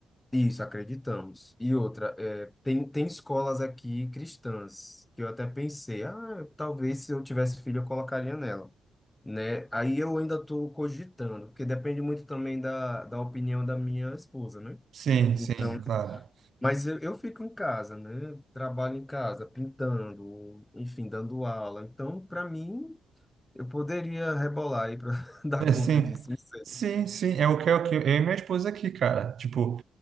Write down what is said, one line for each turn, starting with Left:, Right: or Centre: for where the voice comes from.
Left: isso, acreditamos. E outra, é, tem, tem escolas aqui cristãs que eu até pensei, ah, talvez se eu tivesse filho eu colocaria nela, né? Aí eu ainda estou cogitando, porque depende muito também da, da opinião da minha esposa, né?
Right: Sim,
Left: Então,
Right: sim, claro.
Left: mas eu, eu fico em casa, né? Trabalho em casa, pintando, enfim, dando aula. Então, para mim Eu poderia rebolar aí para <laughs> dar
Right: É,
Left: conta
Right: sim,
Left: disso, não sei.
Right: sim, sim, é o que é o que eu e minha esposa aqui, cara. Tipo,